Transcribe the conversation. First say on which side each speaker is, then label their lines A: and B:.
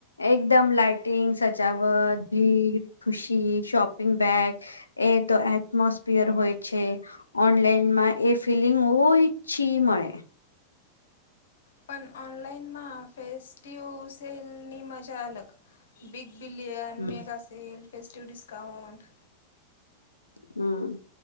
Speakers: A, on the left; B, on the left.
A: એકદમ, લાઇટિંગ, સજાવટ, ભીડ ખુશી, શોપિંગ બેગ એ તો એટમોસફિયર હોય છે. ઓનલાઈનમાં એ ફિલિંગ ઓછી મળે.
B: પન ઓનલાઈનમાં આ ફેસ્ટિવ સેલની મજા અલગ. બિગ બિલિયન,
A: હમ
B: મેગાસેલ, ફેસ્ટિવ ડિસ્કાઉન્ટ
A: હમ્મ.